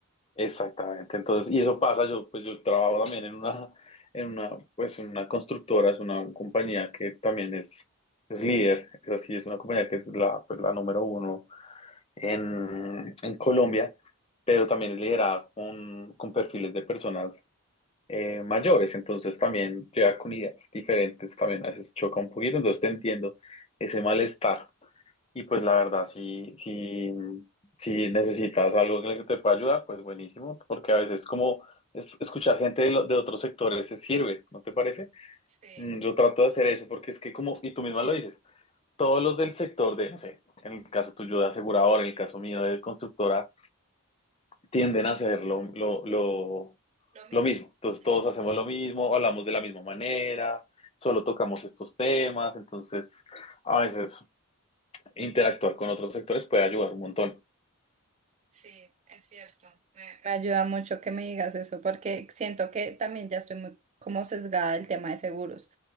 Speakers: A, on the left; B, on the right.
A: Exactamente, entonces, y eso pasa, yo pues yo trabajo también en una, en una, pues en una constructora, es una compañía que también es, es líder, es así, es una compañía que es la, pues, la número uno en, en Colombia, pero también es liderada con, con perfiles de personas eh, mayores, entonces también llegar con ideas diferentes también a veces choca un poquito, entonces te entiendo ese malestar. Y pues la verdad, si, si, si necesitas algo en el que te pueda ayudar, pues buenísimo, porque a veces como es- escuchar gente de, lo- de otros sectores se sirve, ¿no te parece?
B: Sí,
A: Mm, Yo trato de hacer eso porque es que como, y tú misma lo dices, todos los del sector de, no sé, en el caso tuyo de asegurador, en el caso mío de constructora, tienden a hacer lo, lo, lo,
B: lo mismo.
A: lo mismo. Entonces
B: Ujú.
A: todos hacemos lo mismo, hablamos de la misma manera, solo tocamos estos temas, entonces a veces interactuar con otros sectores puede ayudar un montón.
B: Sí, es cierto. Me- Me ayuda mucho que me digas eso porque siento que también ya estoy muy como sesgada del tema de seguros.